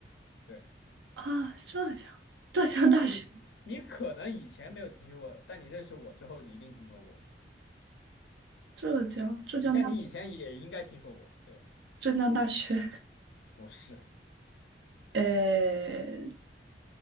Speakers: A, on the left; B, on the right.
A: 对
B: 啊，浙江，浙江大学，
A: 你，你可能以前没有听说过，但你认识我之后，你一定听说过。
B: 浙江，浙江大，
A: 你但你以前也应该听说过，对，
B: 浙江大学，
A: 不是，
B: <laughs> 呃，